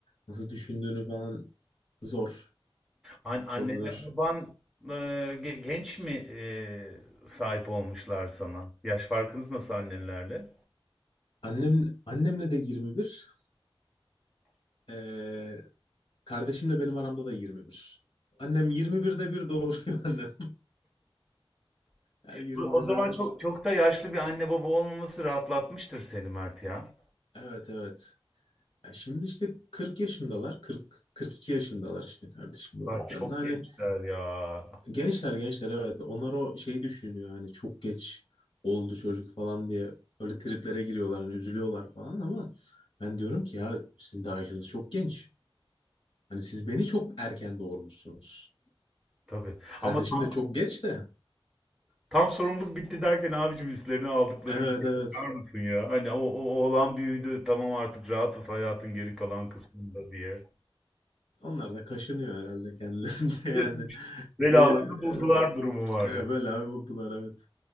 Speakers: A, on the left (about 55°); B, in the centre.
A: nasıl düşündüğünü falan zor.
B: An annenle
A: Çok zor.
B: baban e, ge- genç mi e, sahip olmuşlar sana? Yaş farkınız nasıl annenlerle?
A: Annem, annemle de 21. Ee, kardeşimle benim aramda da 21. Annem 21'de bir doğuruyor <laughs> annem. Her 21'de
B: Bu- O zaman
A: bir.
B: çok çok da yaşlı bir anne baba olmaması rahatlatmıştır seni Mert ya.
A: Evet evet. Ya şimdi işte 40 yaşındalar. 40, 42 yaşındalar işte kardeşim doğurduklarında.
B: Vay, çok
A: Hani
B: gençler ya.
A: gençler gençler evet. Onlar o şeyi düşünüyor. Hani çok geç oldu çocuk falan diye. Öyle triplere giriyorlar. Hani üzülüyorlar falan ama ben diyorum ki ya sizin daha yaşınız çok genç. Hani siz beni çok erken doğurmuşsunuz.
B: Tabii.
A: Kardeşim
B: Ama tam
A: de çok geç de
B: Tam sorumluluk bitti derken abicim üstlerine aldıkları
A: Evet
B: yükü
A: evet.
B: bakar mısın ya? Hani o, o oğlan büyüdü tamam artık rahatız hayatın geri kalan kısmında diye.
A: Onlar da kaşınıyor herhalde kendilerince <laughs> yani.
B: <laughs> Belalarını
A: Bir-
B: buldular
A: evet,
B: durumu var
A: evet
B: ya.
A: böyle abi buldular evet.